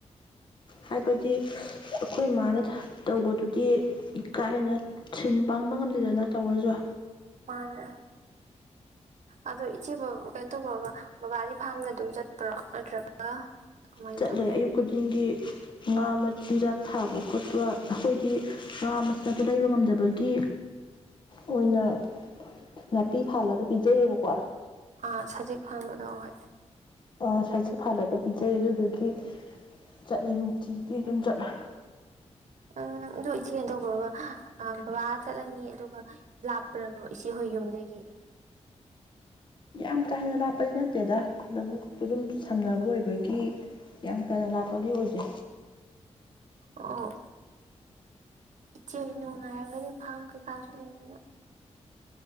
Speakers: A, on the left; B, on the right.
A: ꯍꯥꯏꯕꯗꯤ ꯑꯩꯈꯣꯏ ꯃꯥꯟꯅ ꯊ ꯇꯧꯕꯗꯨꯗꯤ ꯀꯥ ꯍꯦꯟꯅ ꯁꯤꯟ ꯄꯥꯡꯕ ꯉꯝꯗꯦꯗꯅ ꯇꯧꯔꯁꯨ
B: ꯐꯔ ꯑꯗꯣ ꯏꯆꯦ ꯀꯩꯅꯣ ꯇꯧꯕ꯭ꯔꯣꯕ ꯕꯕꯥꯒꯤ ꯐꯥꯔꯝꯗ ꯑꯗꯨꯝ ꯆꯠꯄ꯭ꯔꯣ ꯅꯠꯇ꯭ꯔꯒ ꯀꯃꯥꯏꯅ
A: ꯆꯠꯂꯦ
B: ꯇꯧꯒꯦ
A: ꯑꯌꯨꯛ ꯈꯨꯗꯤꯡꯒꯤ ꯉꯥ ꯃꯆꯤꯟꯖꯥꯛ ꯊꯥꯕ ꯈꯣꯠꯄ ꯑꯩꯈꯣꯏꯗꯤ ꯉꯥ ꯃꯆꯥꯛꯠꯇ ꯂꯩꯕ ꯉꯝꯗꯕꯒꯤ ꯑꯣꯏꯅ ꯅꯥꯄꯤ ꯐꯥꯜꯂꯒ ꯄꯤꯖꯩꯌꯦꯕꯀꯣ
B: ꯑꯥ ꯁꯖꯤꯛ <inaudible>
A: ꯑ ꯁꯥꯁꯨ ꯐꯥꯜꯂꯒ ꯄꯤꯖꯩ ꯑꯗꯨꯗꯨꯒꯤ ꯆꯠꯂꯦ ꯅꯨꯡꯇꯤꯒꯤ ꯑꯗꯨꯝ ꯆꯠꯂ
B: ꯎꯝ ꯑꯗꯨ ꯏꯆꯦ ꯀꯩꯅꯣ ꯇꯧꯕꯈ꯭ꯔꯣꯕ ꯕꯕꯥ ꯆꯠꯂꯅꯤ ꯑꯗꯨꯒ ꯂꯥꯞꯄ꯭ꯔꯕ꯭ꯔꯣ ꯏꯆꯦꯍꯣꯏ ꯌꯨꯝꯗꯒꯤ
A: ꯌꯥꯝ ꯀꯥ ꯍꯦꯟꯅ ꯂꯥꯞꯄꯗꯤ ꯅꯠꯇꯦꯗ ꯂꯧꯕꯨꯛꯇꯨ ꯑꯗꯨꯝ ꯁꯝꯅꯕ ꯑꯣꯏꯕꯒꯤ ꯌꯥꯝ ꯀꯟꯅ ꯂꯥꯛꯞꯄꯗꯤ ꯑꯣꯏꯁꯦ
B: ꯑꯣ ꯏꯆꯦ ꯍ ꯅꯨꯡꯉꯥꯏꯔꯝꯒꯅꯤ ꯐꯥꯝ ꯀꯩꯀꯥꯁꯨ ꯂꯩꯕꯅꯤꯅ